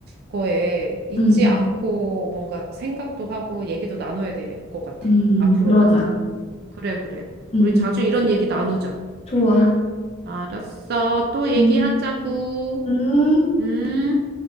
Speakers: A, on the right; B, on the left.
A: 거에 잊지
B: 음,
A: 않고 뭔가 생각도 하고 얘기도 나눠야 될 것 같아.
B: 음.
A: 앞으로도.
B: 그러자.
A: 그래, 그래.
B: 음,
A: 우리 자주 이런 얘기 나누자.
B: 좋아.
A: 알았어. 또 얘기하자고.
B: 음, 음.
A: 응.